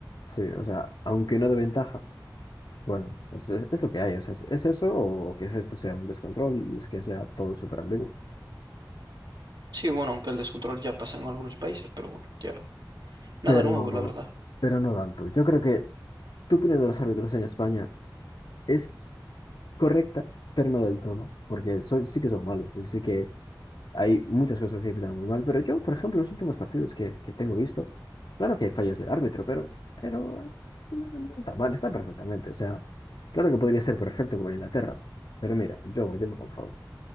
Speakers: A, on the left; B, on the right.
A: sí, o sea, aunque no de ventaja. Bueno, es, es- es lo que hay, o sea, es, es eso o que es esto sea un descontrol y es que sea todo súper ambiguo.
B: Sí, bueno, aunque el descontrol ya pasa en algunos países, pero bueno, ya. Nada
A: Pero,
B: nuevo, la verdad.
A: pero no tanto. Yo creo que tu opinión de los árbitros en España es correcta, pero no del todo, porque soy, sí que son malos, y sí que hay muchas cosas que pitan muy mal, pero yo, por ejemplo, los últimos partidos que, que tengo visto, claro que hay fallos del árbitro, pero, pero eh, no, no está mal, está perfectamente, o sea, claro que podría ser perfecto como en Inglaterra, pero mira, yo, yo me conformo.